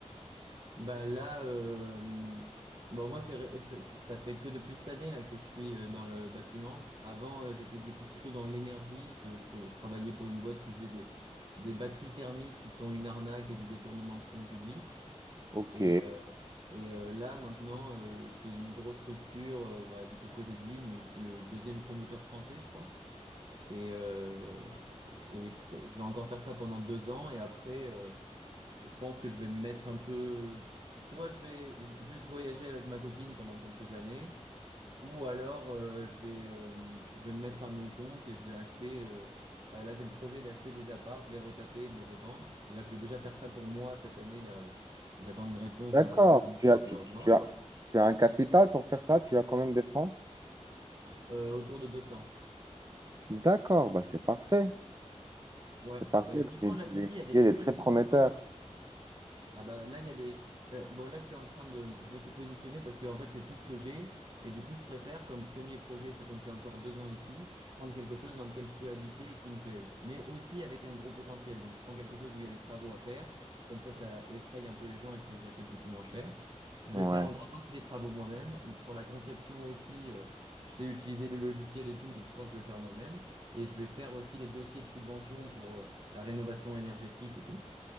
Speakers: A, on the right; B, on the right.
A: Bah là, euh, bon moi c'est, ré- je- je- ça fait que depuis cette année là que je suis euh, dans le bâtiment. Avant euh, j'étais du coup plutôt dans l'énergie. Ce- Je, fais- je travaillais pour une boîte qui faisait des, des batteries thermiques qui sont une arnaque et du détournement de fonds publics.
B: Ok.
A: Et, euh, et euh, là maintenant euh, c'est une grosse structure euh, bah, du coup Cogedim où c'est le deuxième promoteur français je crois. Et, euh, et je, je vais encore faire ça pendant deux ans et après. euh, Je pense que je vais me mettre un peu. Soit je vais ju- juste voyager avec ma copine pendant quelques années, ou alors euh, je vais, euh, je vais me mettre à mon compte et je vais acheter. euh, Enfin, là, j'ai le projet d'acheter des apparts, de les retaper, et de les revendre. Là, je vais déjà faire ça pour moi cette année. Là, euh, j'attends une réponse
B: D'accord,
A: d'un appartement
B: tu
A: que
B: as,
A: je
B: tu,
A: dois
B: tu-
A: avoir.
B: tu as, tu as un capital pour faire ça, tu as quand même des fonds.
A: Euh, autour de 200.
B: D'accord, bah c'est parfait,
A: Ouais.
B: c'est parfait.
A: Et franchement,
B: L'immo-
A: là,
B: L'immobilier,
A: ici, il y a des
B: il
A: très
B: est très
A: très
B: prometteur.
A: beaux projets. Ah bah là il y a des euh, bon là je suis en train de je me suis positionné parce que en fait c'est tout ce que j'ai et du coup je préfère comme premier projet sachant que j'ai encore deux ans ici prendre quelque chose dans lequel je peux habiter et qui me plaise mais aussi avec un gros potentiel donc je prends quelque chose où il y a des travaux à faire comme ça ça effraie un peu les gens et tu les achètes beaucoup moins cher je
B: Ouais,
A: vais faire en grande partie les travaux moi-même sur la conception aussi euh, je sais utiliser les logiciels et tout donc je pense que je vais le faire moi-même et je vais faire aussi les dossiers de subvention pour euh, la rénovation énergétique et tout